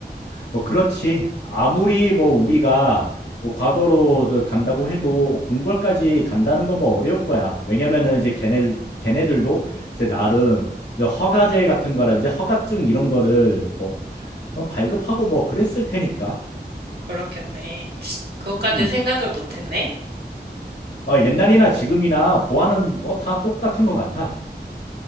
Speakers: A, on the left; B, on the right.
A: 뭐 그렇지. 아무리 뭐 우리가 뭐 과거로 저 간다고 해도 궁궐까지 간다는 건 뭐 어려울 거야. 왜냐면은 이제 걔네 걔네들도 이제 나름 이제 허가제 같은 거라든지 허가증 이런 거를 뭐 발급하고 뭐 그랬을 테니까.
B: 그렇겠네. 그것까지
A: 음.
B: 생각을 못했네.
A: 어, 옛날이나 지금이나 보안은 뭐 다 똑같은 것 같아.